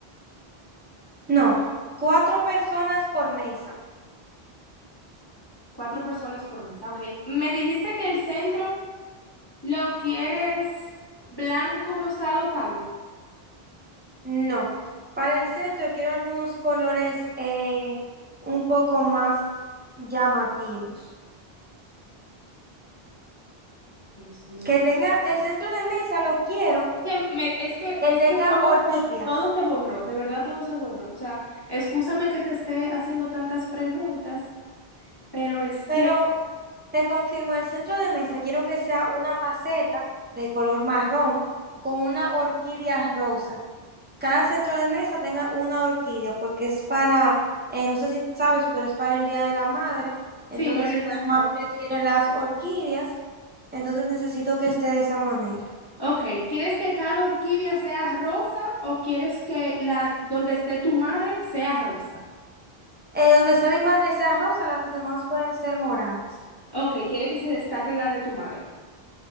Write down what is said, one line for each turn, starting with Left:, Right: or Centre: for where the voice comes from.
Right: No, cuatro personas por mesa.
Left: cuatro personas por mesa. Ok, me dijiste que el centro lo quieres blanco con rosado pálido.
Right: No, para el centro quiero algunos colores eh, un poco más llamativos.
Left: Ay, Dios mío.
Right: Que tenga el centro de mesa, lo quiero,
Left: Es que, me- es que,
Right: que
Left: es
Right: tenga
Left: que todo
Right: orquídeas,
Left: se, todo se borró, de verdad todo se borró. O sea, excúsame que te esté haciendo tantas preguntas, pero es que
Right: pero... Te confirmo, el centro de mesa quiero que sea una maceta de color marrón con una orquídea rosa. Cada centro de mesa tenga una orquídea porque es para, eh, no sé si sabes, pero es para el Día de la Madre. Entonces
Left: sí, me lo imaginé.
Right: mi mamá prefiere las orquídeas, entonces necesito que esté de esa manera.
Left: Ok, ¿quieres que cada orquídea sea rosa o quieres que la donde esté tu madre sea rosa?
Right: Eh, donde sea mi madre sea rosa, las demás pueden ser moradas.
Left: Ok, quiere que se destaque la de tu madre.